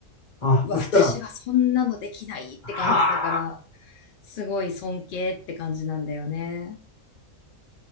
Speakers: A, on the left (about 35°); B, on the left (about 65°).
A: あ、あ、
B: 私はそんなのできないって感じだから、
A: そしたら、はあ、
B: すごい尊敬って感じなんだよね。